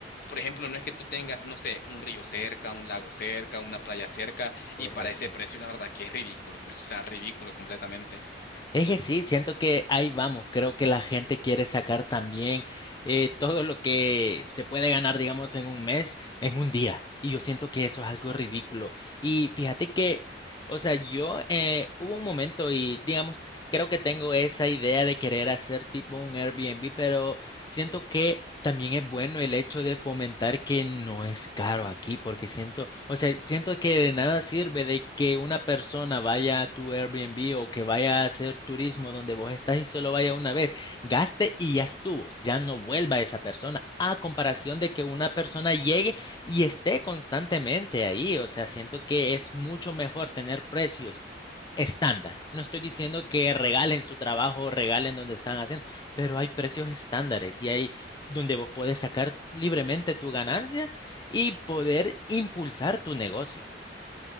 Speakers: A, on the left; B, on the left.
A: por ejemplo, no es que tú tengas, no sé, un río cerca, un lago cerca, una playa cerca,
B: Correcto.
A: y para ese precio, la verdad que es ridículo, pues, o sea, ridículo completamente.
B: Es que sí, siento que ahí vamos. Creo que la gente quiere sacar también eh, todo lo que se puede ganar, digamos, en un mes, en un día. Y yo siento que eso es algo ridículo. Y fíjate que, o sea, yo eh, hubo un momento y, digamos, creo que tengo esa idea de querer hacer tipo un Airbnb, pero siento que También es bueno el hecho de fomentar que no es caro aquí, porque siento, o sea, siento que de nada sirve de que una persona vaya a tu Airbnb o que vaya a hacer turismo donde vos estás y solo vaya una vez, gaste y ya estuvo, ya no vuelva esa persona, a comparación de que una persona llegue y esté constantemente ahí, o sea, siento que es mucho mejor tener precios estándar. No estoy diciendo que regalen su trabajo, regalen donde están haciendo, pero hay precios estándares y hay donde vos podés sacar libremente tu ganancia y poder impulsar tu negocio.